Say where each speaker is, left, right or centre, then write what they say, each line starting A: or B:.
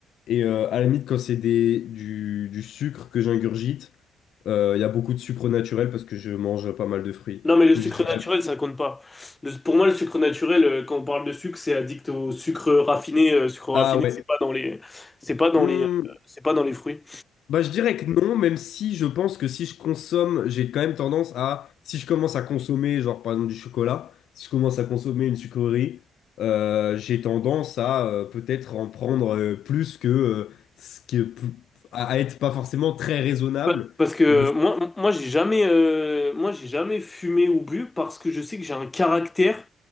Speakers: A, on the left; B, on the left.
A: Et euh, à la limite, quand c'est des, du, du sucre que j'ingurgite, euh, il y a beaucoup de sucre naturel parce que je mange pas mal de fruits.
B: Non, mais le
A: Donc
B: sucre
A: je dirais,
B: naturel, ça compte pas. Le- pour moi, le sucre naturel, euh, quand on parle de sucre, c'est addict au sucre raffiné. Euh, sucre
A: ah
B: raffiné,
A: ouais.
B: c'est pas dans les, c'est pas dans
A: hmm,
B: les, euh, c'est pas dans les fruits.
A: Bah, je dirais que non, même si je pense que si je consomme, j'ai quand même tendance à, si je commence à consommer, genre par exemple du chocolat, si je commence à consommer une sucrerie, euh, j'ai tendance à euh, peut-être en prendre euh, plus que euh, ce qui est plus- à à être pas forcément très raisonnable,
B: Pa- Parce que
A: mais
B: moi, moi j'ai jamais, euh, moi, j'ai jamais fumé ou bu parce que je sais que j'ai un caractère